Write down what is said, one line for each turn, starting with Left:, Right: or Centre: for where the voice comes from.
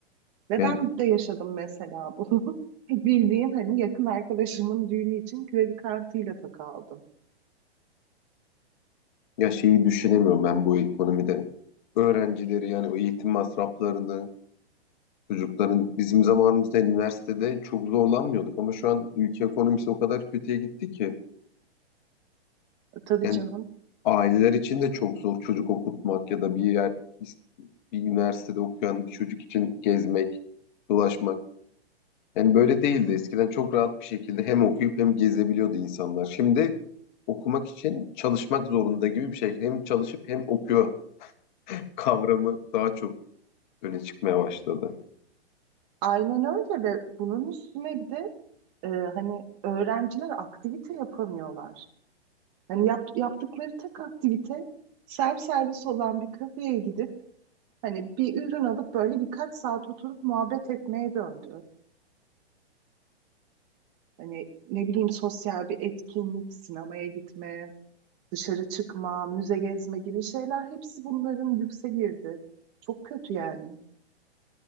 Right: Ve
Left: Yani
Right: ben de yaşadım mesela bunu. <laughs> Bildiğim hani yakın arkadaşımın düğünü için kredi kartıyla takı aldım.
Left: ya şeyi düşünemiyorum ben bu ekonomide. Öğrencileri yani o eğitim masraflarını Çocukların bizim zamanımızda üniversitede çok zorlanmıyorduk ama şu an ülke ekonomisi o kadar kötüye gitti ki
Right: Tabii
Left: yani
Right: canım.
Left: aileler için de çok zor çocuk okutmak ya da bir yer bir üniversitede okuyan bir çocuk için gezmek, dolaşmak. Yani böyle değildi. Eskiden çok rahat bir şekilde hem okuyup hem gezebiliyordu insanlar. Şimdi okumak için çalışmak zorunda gibi bir şey. Hem çalışıp hem okuyor kavramı daha çok öne çıkmaya başladı.
Right: Aynen öyle ve bunun üstüne bir de e, hani öğrenciler aktivite yapamıyorlar. Hani yap, yaptıkları tek aktivite servis olan bir kafeye gidip hani bir ürün alıp böyle birkaç saat oturup muhabbet etmeye döndü. Hani ne bileyim sosyal bir etkinlik, sinemaya gitme, dışarı çıkma, müze gezme gibi şeyler hepsi bunların yükse girdi. Çok kötü yani.